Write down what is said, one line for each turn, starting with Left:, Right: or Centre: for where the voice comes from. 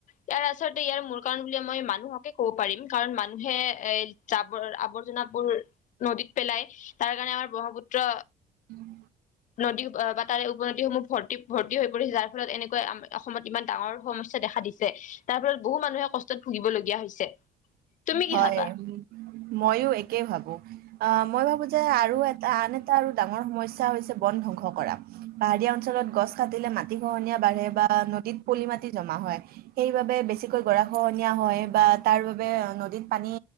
Left: ইয়াৰ আচলতে ইয়াৰ মূল কাৰণ বুলি মই মানুহকে ক'ব পাৰিম কাৰণ মানুহে এ জাবৰ আৱৰ্জনাবোৰ নদীত পেলাই তাৰ কাৰণে আমাৰ ব্ৰহ্মপুত্ৰ
Right: উম
Left: নদী বা তাৰে উপনদীসমূহ ভৰ্তি ভৰ্তি হৈ পৰিছে যাৰ ফলত এনেকুৱা আম অ অসমত ইমান ডাঙৰ সমস্যা দেখা দিছে তাৰ ফলত বহু মানুহে কষ্টত ভুগিবলগীয়া হৈছে তুমি
Right: হয়
Left: কি ভাবা?
Right: মইও একে ভাবো আহ মই ভাবো যে আৰু এটা আন এটা আৰু ডাঙৰ সমস্যা হৈছে বন ধ্বংস কৰা পাহাৰীয়া অঞ্চলত গছ কাটিলে মাটিখহনীয়া বাঢ়ে বা নদীত পলি মাটি জমা হয়। সেইবাবে বেছিকৈ গৰাখহনিয়া হয় বা তাৰ বাবে নদীত পানী